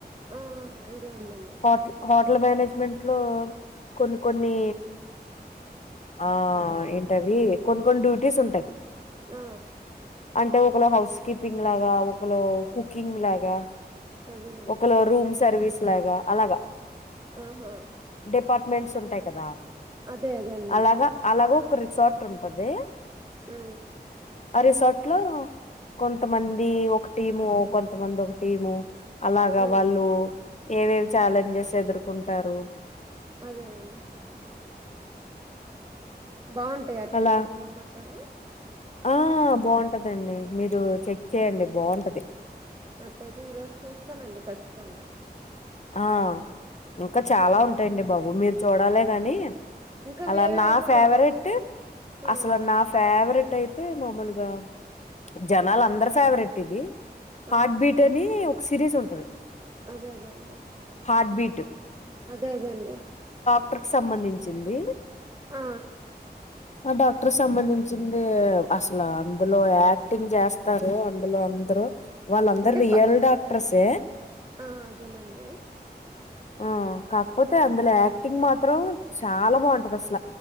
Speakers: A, on the right; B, on the left.
A: ఆ ఐడియా ఉందండి
B: హోటల్ హోటల్ మేనేజ్మెం మెంట్లో కొన్ని కొన్ని ఆ
A: అదేనండి
B: ఏంటవి కొని కొన్ని డ్యూ తీస్ ఉంటాయి
A: ఆ
B: అంటే ఒకళ హౌస్ కీపింగ్ లాగా ఒకలు కుకింగ్ లాగా
A: అదేనండి
B: ఒకలు రూమ్ సర్వీస్ అట్లాగా అలాగా
A: ఆహా
B: డిపార్ట్మెంట్స్ ఉంటాయి కదా
A: అదే అదేనండి
B: అలాగా అలాగ ఒక రిసార్ట్ ఉంటది
A: హు
B: ఆ రిసార్ట్ లో కొంతమంది ఒక టీము కొంతమంది ఒక టీము అలాగా
A: ఉమ్
B: వాళ్ళు ఏవేవి ఛాలెంజెస్ ఏదురుకుంటారు
A: అదేనండి బాగుంటాయి అట్ట
B: అలా
A: అయితే చూడమంటారా
B: ఆ బాగుంటదండి మీరు చెక్ చేయండి బాగుంటది
A: అట్టయితే ఈ రోజు చూస్తానండి ఖచ్చితంగా
B: ఆ ఇంకా చాలా
A: అదేనండి
B: ఉంటాయండి బాబు మీరు చూడాలేగానీ
A: ఇంకా
B: అలా
A: వేరే
B: నా
A: ఏమన్నా
B: ఫేవరెటు
A: ఉన్నాయి ఆ
B: అసలు నా ఫేవరెట్ అట్ట అయితే మామూలుగా జనాలు అందరు ఫేవరెట్ ఇది హార్ట్
A: ఆ
B: బీట్ అని సిరీస్ ఉంటది
A: అదే అదే అండి
B: హార్ట్ బీటు
A: అదే అదే అండి
B: డాక్టర్క సంబంధించింది
A: ఆ
B: ఆ డాక్టర్ సంబంధిం చ్చింది అసలు అందులో యాక్టింగ్ చేస్తారు అందులో అందరు వాళ్ళందరు
A: అంటే
B: రియల్
A: ఫ
B: డాక్టర్స్ దే
A: ఆ అదేనండి
B: ఆ కాకపోతే అందులో యా టింగ్ మాత్రం చాలా బాగుంటది అసల